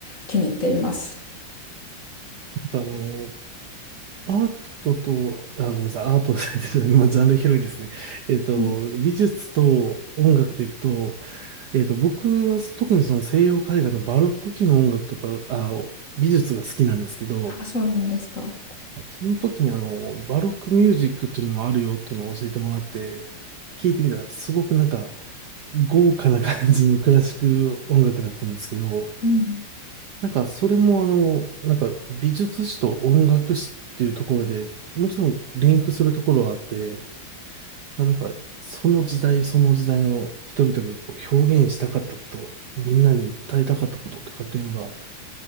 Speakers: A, on the left (about 35°); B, on the right (about 65°).
A: 気に入っています。
B: あの、アートと、あ、ごめんなさい、アートと、<laughs> 今、ジャンル広いですね。えっと、
A: うん
B: 美術と音楽でいくと、えっと、僕は特にその西洋絵画のバロック期の音楽とか、あ、美術が好きなんですけど、
A: あ、そうなんですか。
B: その時にあの、バロックミュージックっていうのもあるよっていうのを教えてもらって、聞いてみたら、すごくなんか、豪華な感じのクラシック音楽だったんですけど、
A: うん
B: なんか、それもあの、なんか、美術史と音楽史っていうところで、もちろんリンクするところはあって、なんか、その時代その時代の人々がこう表現したかったこと、みんなに訴えたかったこととかっていうのが、